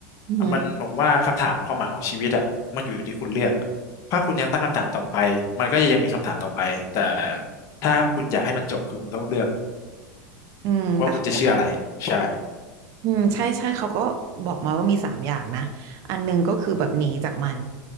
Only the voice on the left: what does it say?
มันผมว่าคำถามความหมายของชีวิตอ่ะมันอยู่ที่คุณเลือกถ้าคุณยังตั้งคำถามต่อไปมันก็จะยังมีคำถามต่อไปแต่ถ้าคุณอยากให้มันจบคือคุณต้องเลือก
ว่าคุณจะเชื่ออะไรใช่
อืมอืม